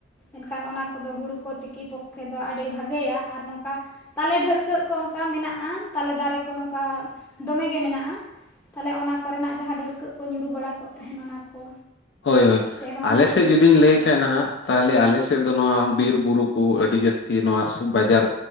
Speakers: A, on the left; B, on the left.
A: ᱮᱱᱠᱷᱟᱱ ᱚᱱᱟ ᱠᱚᱫᱚ ᱦᱩᱲᱩ ᱠᱚ ᱛᱤᱠᱤ ᱯᱚᱠᱠᱷᱮ ᱫᱚ ᱟᱹᱰᱤ ᱵᱷᱟᱜᱮᱭᱟ ᱟᱨ ᱱᱚᱝᱠᱟ ᱛᱟᱞᱮ ᱰᱷᱟᱹᱲᱠᱟᱹᱜ ᱠᱚ ᱚᱱᱠᱟ ᱢᱮᱱᱟᱜᱼᱟ ᱛᱟᱞᱮ ᱫᱟᱨᱮ ᱠᱚ ᱱᱚᱝᱠᱟ ᱫᱚᱢᱮᱜᱮ ᱢᱮᱱᱟᱜᱼᱟ ᱛᱟᱦᱚᱞᱮ ᱚᱱᱟ ᱠᱚᱨᱮᱱᱟᱜ ᱡᱟᱦᱟᱸ ᱰᱷᱟᱹᱲᱠᱟᱹᱜ ᱠᱚ ᱧᱩᱨᱩ ᱵᱟᱲᱟ ᱠᱚᱜ ᱛᱟᱦᱮᱱ ᱚᱱᱟ ᱠᱚ᱾
B: ᱦᱳᱭ ᱦᱳᱭ
A: ᱛᱮᱦᱚᱸ
B: ᱟᱞᱮ
A: ᱦᱩᱲᱩ
B: ᱥᱮᱫ ᱡᱩᱫᱤᱧ
A: ᱛᱤᱠᱤ
B: ᱞᱟᱹᱭ
A: ᱠᱚᱫᱚ
B: ᱠᱷᱟᱱ ᱱᱟᱦᱟᱜ᱾ ᱛᱟᱦᱚᱞᱮ ᱟᱞᱮ ᱥᱮᱫ ᱫᱚ ᱱᱚᱣᱟ ᱵᱤᱨ ᱵᱩᱨᱩ ᱠᱚ ᱟᱹᱰᱤ ᱡᱟᱹᱥᱛᱤ ᱱᱚᱣᱟ ᱵᱟᱡᱟᱨ